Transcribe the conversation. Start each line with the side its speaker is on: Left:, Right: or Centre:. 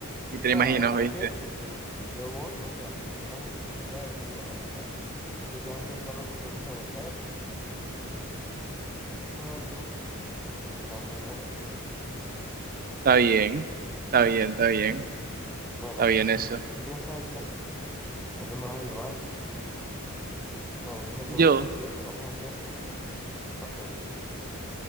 Right: y te
Centre: Nada,
Right: lo imaginas,
Centre: la
Right: ¿oíste?
Centre: verdad es que yo voy, o sea, yo no voy <laughs> con idea de frío, la verdad. Yo sé que va a ser calor como un hijo de perro. Sin embargo, no me molesta.
Right: Está bien, está bien, está bien.
Centre: Bueno,
Right: Está bien eso.
Centre: ¿y co- ¿qué, qué cosas hay que hacer? ¿A ¿Dónde me vas a llevar? Todo, dime
Right: Yo,
Centre: todo. ¿Qué vamos a hacer en Barranquilla? Aparte del partido.